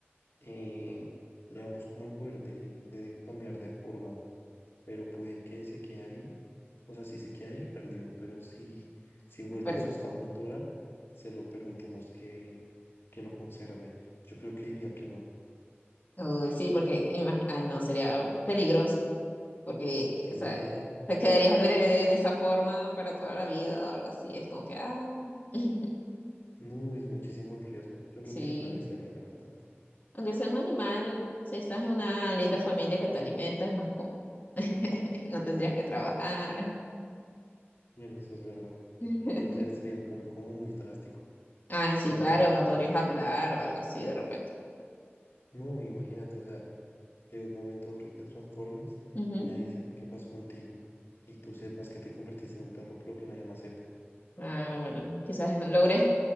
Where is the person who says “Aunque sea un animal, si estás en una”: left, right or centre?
Left